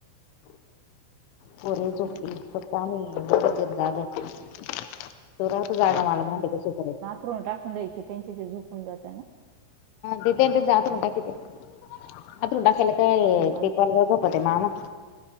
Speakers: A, on the left; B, on the right.
A: पोरी
B: हा
A: झोपली फक्त आम्ही दोघेजण राहिलोय एकटी. तू रहा तू जागा मला पण भांडी घासूपर्यंत.
B: हो टाकून द्यायचे त्यांचे ते झोपून जाता ना?
A: ते त्यांचं ते अंथरून टाकते, अंथरून टाकायला काय?
B: हा ना
A: ते मामा